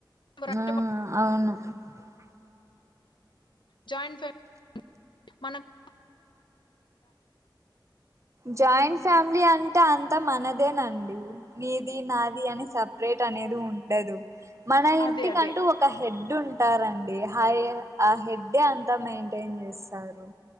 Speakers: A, on the left; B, on the right.
A: ఎవరంటే
B: ఆ అవును <unintelligible>
A: జాయింట్ ఫ్యామిలీ మనకు
B: జాయింట్ ఫ్యామిలీ అంటే అంతా మనదేనండి నీ ది నాది అని సపరేట్ అనేది ఉ ఉండదు మన ఇంటికంటూ
A: అదే అదే
B: ఒక హెడ్ ఉంట ఉంటారండి హాయ ఆ హెడ్డ అంతామై ఎమ్ చేస్తారు